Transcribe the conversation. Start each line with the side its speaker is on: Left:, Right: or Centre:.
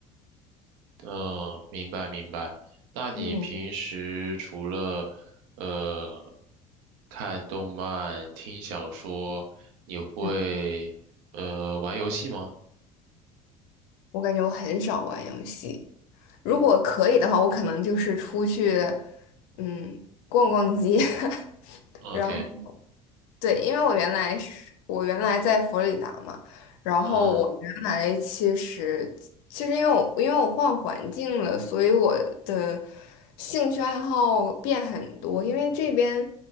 Right: 呃，明白明白。那你平时除了呃
Left: 嗯
Right: 看动漫、听小说，你会呃玩游戏吗？
Left: 嗯。我感觉我很少玩游戏。如果可以的话，
Right: 嗯
Left: 我可能就是出去，嗯，逛逛街，<laughs>
Right: ，OK，
Left: 然后。对，因为我原来是我原来在佛罗里达嘛，然后我原来其实其实因为我因为我换环境了，
Right: 嗯
Left: 所以我的兴趣爱好变很多。因为这边，